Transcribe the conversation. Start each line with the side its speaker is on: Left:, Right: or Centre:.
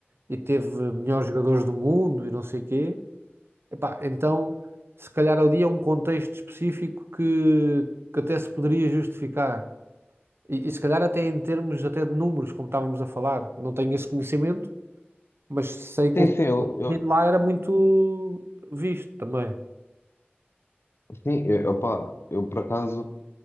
Right: e teve melhores jogadores do mundo e não sei quê. Epá, então, se calhar ali é um contexto específico que, que até se poderia justificar. E, e se calhar até em termos até de números, como estávamos a falar, não tenho esse conhecimento, mas sei que
Left: Sim,
Right: o
Left: sim, eu, eu-
Right: de lá era muito visto também.
Left: sim, eu, opá, eu por acaso,